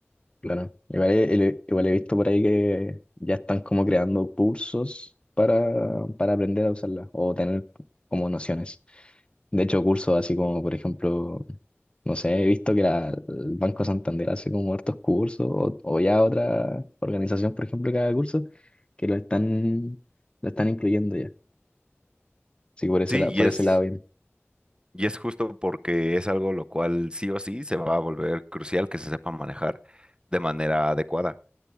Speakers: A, on the left; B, on the right.
A: Claro. Igual he, he- igual he visto por ahí que ya están como creando cursos para, para aprender a usarla o tener como nociones. De hecho, cursos así como, por ejemplo, no sé, he visto que la- el Banco Santander hace como hartos cursos o, o ya otra organización, por ejemplo, que haga cursos que lo están, lo están incluyendo ya. Así que por ese,
B: Sí,
A: la- por
B: y es,
A: Sí, ese lado bien,
B: y es justo porque es algo lo cual sí o sí se va a volver crucial que se sepa manejar de manera adecuada,